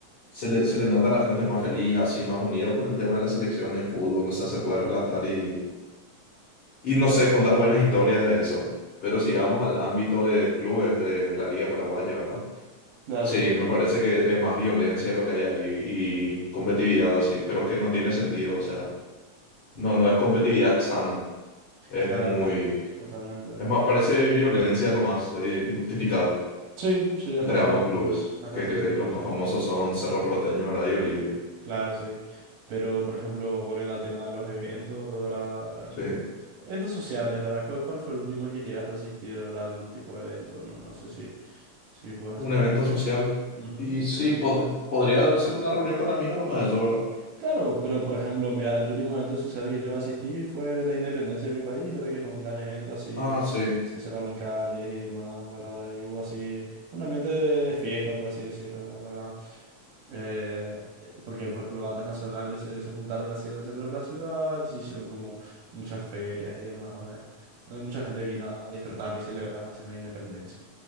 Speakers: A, on the left (about 80°); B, on the right (about 80°).
A: se le, se le nota a la gente más feliz, así, más unida por el tema de la selección y el fútbol. O sea, se puede relatar y, y no sé, contar buenas historias de eso. Pero si vamos al ámbito de clubes de, de la Liga Paraguaya, ¿verdad?
B: Claro,
A: Sí,
B: sí.
A: me parece que es más violencia lo que hay ahí y competitividad así, pero que no tiene sentido. O sea, no, no es competitividad sana. Es
B: Claro,
A: muy...
B: total, totalmente.
A: Es más, parece violencia nomás, eh, injustificada.
B: Sí, sí,
A: entre
B: hasta cierto
A: ambos clubes,
B: punto. Hasta
A: que,
B: cierto
A: que
B: punto,
A: los
B: sí.
A: más famosos son Cerro Porteño, ¿verdad? Y Olimpia.
B: Claro, sí. Pero, por ejemplo, volviendo al tema de los eventos, ¿verdad? Em,
A: Sí,
B: Eventos sociales, ¿verdad? ¿Cuál, cuál fue el último al que llegaste a asistir, ¿verdad? Algún tipo de evento, no, no sé si, si puedes
A: un
B: hacer
A: evento
B: memoria.
A: social.
B: Ujú,
A: Y sí,
B: sí.
A: po- podría ser una reunión con amigos nomás eso, ¿verdad?
B: Claro, pero por ejemplo, mira, el último evento social que yo asistí fue la independencia de mi país, ¿verdad? Que fue un gran evento, así
A: Ah, sí.
B: se sacaron calles y demás, ¿verdad? Y hubo así un ambiente de, de fiesta, por así decirlo, Eh, porque, por ejemplo, bandas nacionales se, se juntaron así en el centro de la ciudad y se hicieron como muchas ferias y demás, donde, donde mucha gente vino a disfrutar y celebrar así la independencia.